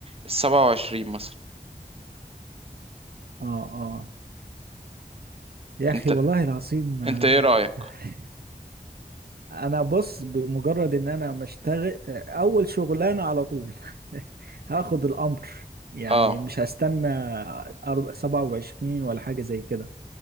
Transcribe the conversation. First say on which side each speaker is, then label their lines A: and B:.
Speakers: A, on the right; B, on the right.
A: 27 مثلا
B: اه اه يا اخي
A: انت
B: والله العظيم آه.
A: انت ايه رأيك
B: <laughs> انا بص بمجرد ان انا مشتغل اول شغلانه على طول <laughs> هاخد الامر يعني
A: اه
B: مش هستنى أرب- 27 ولا حاجه زي كده